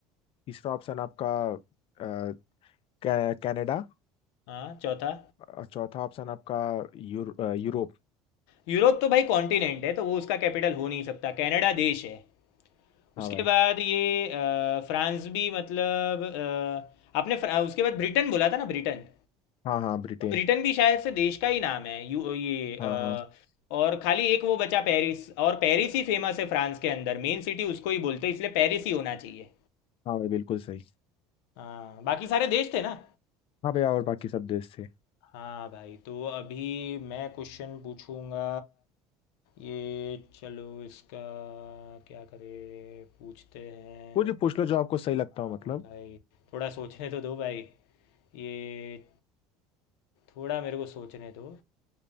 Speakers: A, on the left (about 45°); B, on the left (about 85°).
A: तीसरा ऑप्शन आपका आ, कै- कनाडा
B: हाँ चौथा
A: और चौथा ऑप्शन आपका यूर, आ, यूरोप
B: यूरोप तो भाई कॉन्टिनेंट है तो वो उसका कैपिटल हो नहीं सकता कनाडा देश है उसके
A: हाँ भाई
B: बाद ये अ, फ्रांस भी मतलब अ, आपने फ्रा- उसके बाद ब्रिटेन बोला था ना ब्रिटेन
A: हाँ हाँ ब्रिटेन
B: तो ब्रिटेन भी शायद से देश का ही नाम है यू ये अ,
A: हाँ हाँ
B: और खाली एक वो बचा पेरिस और पेरिस ही फेमस है फ्रांस के अंदर मेन सिटी उसको ही बोलते हैं इसलिए पेरिस ही होना चाहिए
A: हाँ भाई बिल्कुल सही
B: हाँ बाकी सारे देश थे ना
A: हाँ भैया और बाकी सब देश थे
B: हाँ भाई तो अभी मैं क्वेश्चन पूछूंगा ये चलो इसका क्या करें पूछते हैं
A: कुछ भी पूछ लो जो आपको सही लगता
B: हाँ
A: हो मतलब
B: भाई थोड़ा सोचने तो दो भाई ये थोड़ा मेरे को सोचने दो